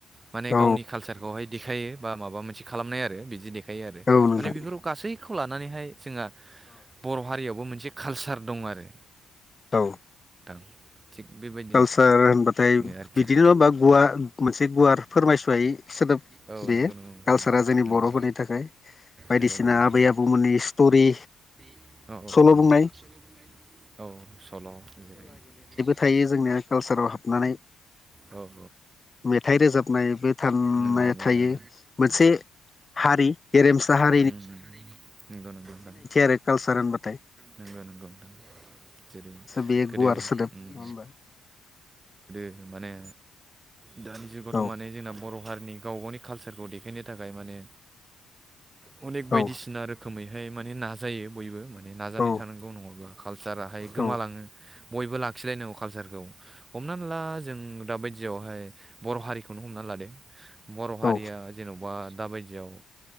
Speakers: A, on the right; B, on the left.
A: माने
B: औ
A: गावनि कालचारखौहाय दि देखायो बा माबा मोनसे खालामनाय आरो बिदि देखायो आरो
B: नोंथां
A: माने बेफोर गासैखौ लानानैहाय जोंहा बर' हारियावबो मोनसे कालसार दं आरो।
B: औ
A: नोंथां। थिग बेबायदिनो
B: कालसार होनबा नाथाय
A: आरोखि
B: बिदिनो बा गुवार मोनसे गुवार फोरमायस'वायै सोदोब
A: औ
B: बेयो
A: नंगौ नंगौ नोंथां
B: कालसारा जोंनि
A: नंगौ
B: बर'फोरनि थाखाय बायदिसिना
A: नंगौ नंगौ नोंथां
B: आबै आबौमोननि स्टरि।
A: औ
B: सल'
A: औ
B: बुंनाय
A: नोंगौ नोंथां औ सल' जेरै
B: दायो जोंनो कालसाराव हाबनानै
A: औ औ।
B: मेथाइ रोजाबनायबो थाननाय
A: नंगौ नंगौ नोंथां
B: थायो मोनसे हारि गेरेमसा हा
A: ओम ओम नंगौ नंगौ नोंथां
B: आरो कालसार होनबाथाय
A: नोंगौ नोंगौ नोंथां। जेरै
B: बे
A: गोदो
B: गुवार सोदोब नङा
A: उम्म।
B: होमबा
A: माने दानि जुगावथ'
B: औ
A: माने जोंना बर' हारि नि गावबा गावनि कालचारखौ देखायनो थाखाय माने अनेक बायदिसिना
B: औ
A: रोखोमै बेहाय माने नाजायो बयबो माने नाजानाय
B: औ
A: थानांगौ नङाब्ला कालसाराहाय
B: औ
A: गोमालाङो। बयबो लाखिलायनांगौ कालसारखौ। हमनानै ला जों दा बायदियावहाय बर' हारिखौनो हमना लादो। बर' हारिया
B: औ
A: जेन'बा दा बायदियाव